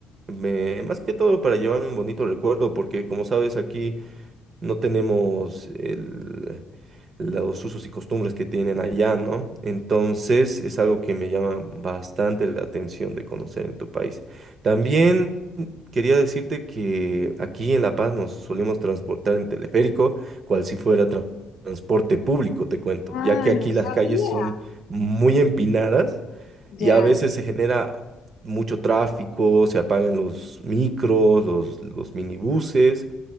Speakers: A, on the right; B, on the left.
A: me- más que todo para llevarme un bonito recuerdo, porque como sabes aquí no tenemos el- los usos y costumbres que tienen allá, ¿no? Entonces es algo que me llama bastante la atención de conocer en tu país. También quería decirte que aquí en La Paz nos solemos transportar en teleférico, cual si fuera tra- transporte público, te cuento,
B: Ah,
A: ya que aquí
B: no sabía.
A: las calles son muy empinadas
B: Ya.
A: y a veces se genera mucho tráfico, se apagan los micros, los, los minibuses